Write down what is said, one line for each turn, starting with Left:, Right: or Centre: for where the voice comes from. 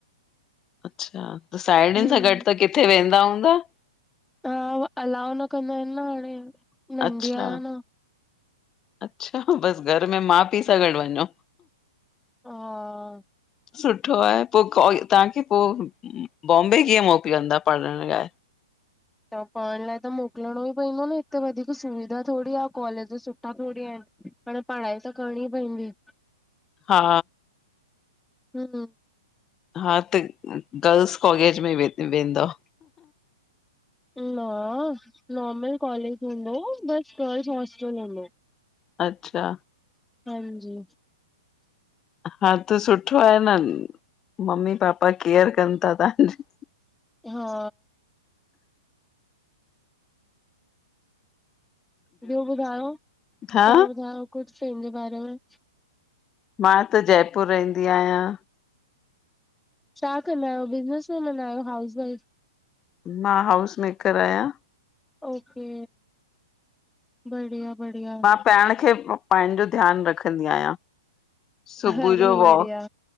Left: अच्छा त साहेड़ियुन
Centre: हम्म
Left: सां गॾ त किथे वेंदा हूंदा?
Centre: हा अलाउ न कंदा ईन न हाणे। नंढी
Left: अच्छा
Centre: आहियां न
Left: अच्छा बस घर में मा पी सां गॾ वञो।
Centre: हा।
Left: सुठो आहे पोइ कॉ तव्हांखे पो बॉम्बे कीअं मोकिलंदा पढ़ण लाइ?
Centre: त पढ़ण लाइ त मोकलणो ई पवंदो न हिते वधीक सुविधा थोरी आह कॉलेज सुठा थोरी एन। हाणे पढ़ाई त करणी पवंदी।
Left: हा।
Centre: हम।
Left: हा त गर्ल्स कॉलेज में व वेंदव।
Centre: न नॉर्मल कॉलेज हूंदो बस गर्ल्स हॉस्टल हूंदो।
Left: अच्छा।
Centre: हांजी।
Left: हा त सुठो आहे न मम्मी पापा केअर कन ता तव्हांजी।
Centre: हा। ॿियो ॿुधायो
Left: हा
Centre: तव्हां ॿुधायो कुझ पेंजे बारे में।
Left: मां त जयपुर रहंदी आयां।
Centre: छा कंदा आयो बिज़नेस वुमन आयो हाउस वाइफ?
Left: मां हाउस मेकर आयां।
Centre: ओके बढ़िया बढ़िया।
Left: पाइण खे पाईंजो जो ध्यान रखंदी आयां सुबुह
Centre: अरे
Left: जो
Centre: बढ़िया
Left: वॉक